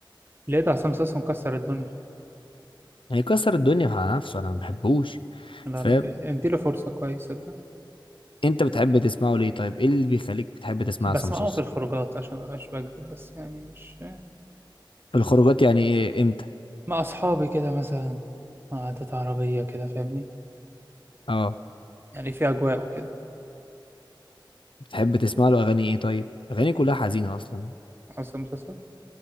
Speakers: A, on the right; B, on the left.
A: لقيت عصام صاصا مكسر الدنيا
B: هيكسر الدنيا على نفسه أنا ما بحبوش
A: لا
B: فاهم
A: لا اديله فرصة كويسة
B: أنت بتحب تسمعه ليه طيب إيه اللي بيخليك بتحب تسمع
A: بس
B: عصام صوصة
A: معاهم في الخروجات عشان مبقاش بكدب بس يعني مش
B: في الخروجات يعني إيه إمتى
A: مع أصحابي كده مثلا قعدات عربية كده فاهمني
B: أه
A: يعني في أجواء وكده
B: بتحب تسمع له أغاني إيه طيب أغاني كلها حزينة أصلا
A: حاسس المسلسل